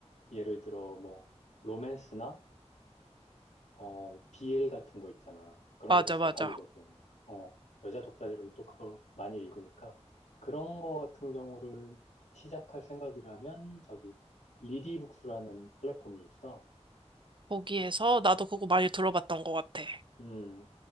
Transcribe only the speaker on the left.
예를 들어 뭐, 로맨스나, 어, BL 같은 거 있잖아. 그런
것도 잘
팔리거든. 어, 여자 독자들은 또 그걸 많이 읽으니까. 그런 거 같은 경우를 시작할 생각이라면, 저기, 리디북스라는 플랫폼이 있어.
음,